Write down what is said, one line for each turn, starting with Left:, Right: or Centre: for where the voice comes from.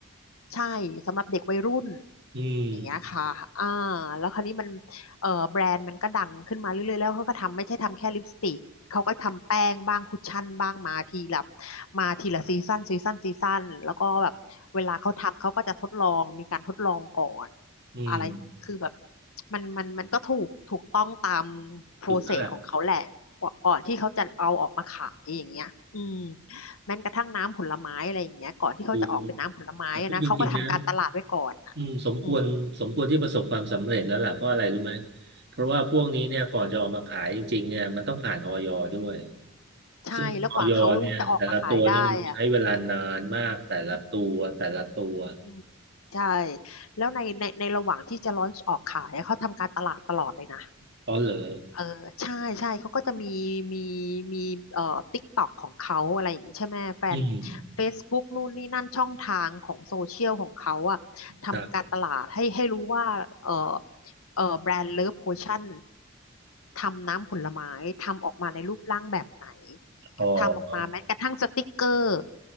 Left: ใช่สำหรับเด็กวัยรุ่น
Right: อืม
Left: อย่างเงี้ยค่ะอ่าแล้วคราวนี้มันเอ่อแบรนด์มันก็ดังขึ้นมาเรื่อยๆแล้วเขาก็ทำไม่ใช่ทำแค่ลิปสติกเขาก็ทำแป้งบ้างคุชชั่นบ้างมาทีละมาทีละซีซันซีซันซีซันแล้วก็แบบเวลาเขาทำเขาก็จะทดลองมีการทดลองก่อน
Right: อืม
Left: อะไรคือแบบมันมันมันก็ถูกถูกต้องตามโปรเซสของเขาแหละก่อนก่อนที่เขาจะเอาออกมาขายอย่างเงี้ยอืม
Right: สูงเท่าไหร่
Left: แม้กระทั่งน้ำผลไม้อะไรอย่างเงี้ยก่อนที่เขาจะออกเป็นน้ำผลไม้อะนะเขาก็ทำการตลาดไว้ก่อนอ่ะอืม
Right: สูงแต่พูดจริงๆนะอืมสมควรสมควรที่ประสบความสำเร็จแล้วล่ะเพราะอะไรรู้ไหมเพราะว่าพวกนี้เนี่ยก่อนจะออกมาขายจริงๆเนี่ยมันต้องผ่านออยด้วย
Left: ใช่แล้วกว่าเขาจะออกมาขายได้อ่ะ
Right: ซึ่งออยเนี่ยแต่ละตัวเนี่ยมันใช้เวลานานมากแต่ละตัวแต่ละตัว
Left: อืมอืมใช่แล้วในในในระหว่างที่จะลอนช์ออกขายอะเขาทำการตลาดตลอดเลยนะ
Right: เขาเลย
Left: เออใช่ใช่เขาก็จะมีมีมีเอ่อติ๊กต็อกของเขาอะไรอย่างนี้ใช่ไหมแฟน
Right: ออืม
Left: Facebook นู่นนี่นั่นช่องทางของโซเชียลของเขาอะทำการตลาดให้ให้รู้ว่าเออ
Right: ครับ
Left: เออแบรนด์เลิฟโพชั่นทำน้ำผลไม้ทำออกมาในรูปร่างแบบไหน
Right: อ๋อ
Left: ทำออกมาแม้กระทั่งสติกเกอร์